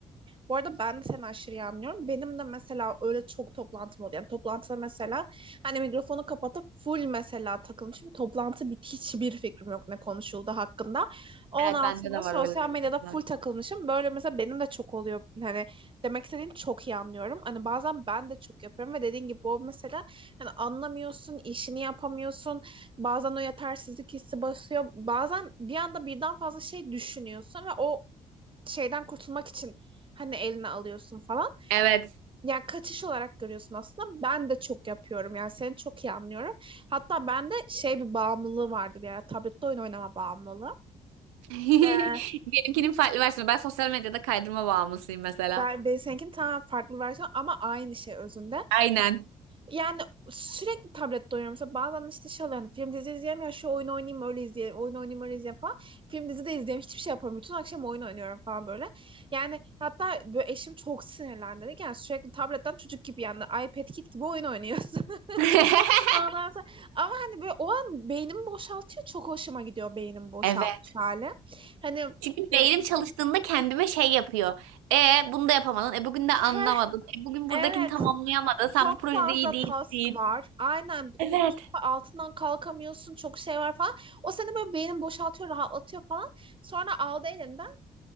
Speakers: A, on the right (about 30°); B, on the right (about 85°).
A: Bu arada ben de seni aşırı iyi anlıyorum. Benim de mesela öyle çok toplantım oluyor. Yani toplantıda mesela hani mikrofonu kapatıp full mesela takılmışım. Toplantı bit hiçbir fikrim yok ne konuşuldu hakkında. Ondan
B: Evet bende
A: Hmm. sonra
B: de var
A: sosyal
B: öyle.
A: medyada full
B: şeyler.
A: takılmışım. Böyle mesela benim de çok oluyor. Hani demek istediğini çok iyi anlıyorum. Hani bazen ben de çok yapıyorum ve dediğin gibi o mesela hani anlamıyorsun, işini yapamıyorsun. Bazen o yetersizlik hissi basıyor. Bazen bir anda birden fazla şey düşünüyorsun ve o şeyden kurtulmak için hani eline alıyorsun falan.
B: Evet.
A: Yani kaçış olarak görüyorsun aslında. Ben de çok yapıyorum. Yani seni çok iyi anlıyorum. Hatta bende şey bir bağımlılığı vardı bir ara. Tablette oyun oynama bağımlılığı.
B: <laughs>
A: Ben,
B: Benimkinin farklı versiyonu. Ben sosyal medyada kaydırma bağımlısıyım mesela.
A: ben seninkinin tamamen farklı versiyonu ama aynı şey özünde.
B: Aynen.
A: Yani sürekli tablette oynuyorum. Mesela bazen işte şey oluyor. Hani film dizi izleyeyim ya şu oyunu oynayayım öyle izleyeyim. Oyun oynayayım öyle izleyeyim falan. Film dizi de izleyeyim. Hiçbir şey yapamıyorum. Bütün akşam oyun oynuyorum falan böyle. Yani hatta böyle eşim çok sinirlendi. Dedi ki, Yani sürekli tabletten çocuk gibi yani iPad Kid gibi oyun oynuyorsun.
B: <laughs>
A: <laughs> Ondan sonra- ama hani böyle o an beynimi boşaltıyor. Çok hoşuma gidiyor beynim boşaltmış
B: Evet.
A: hali. Hani
B: Çünkü beynim
A: e,
B: çalıştığında kendime şey yapıyor. E bunu da yapamadın. E bugün de anlamadın.
A: heh,
B: E bugün buradakini
A: evet.
B: tamamlayamadın. Sen
A: Çok
B: bu projede
A: fazla
B: iyi değilsin.
A: task var. Aynen.
B: Evet.
A: O- Çok fa- altından kalkamıyorsun. Çok şey var falan. O seni böyle beynini boşaltıyor, rahatlatıyor falan. Sonra aldı elinden